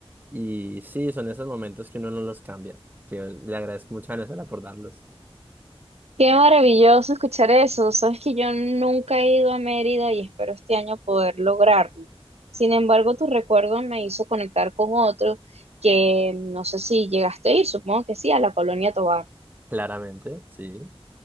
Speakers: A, on the right; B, on the right.
A: Y sí, son esos momentos que uno no los cambia. Que le agradezco mucho a Venezuela por darlos.
B: Qué maravilloso escuchar eso. Sabes que yo nunca he ido a Mérida y espero este año poder lograrlo. Sin embargo, tu recuerdo me hizo conectar con otro que no sé si llegaste a ir, supongo que sí, a la Colonia Tovar.
A: Claramente, sí,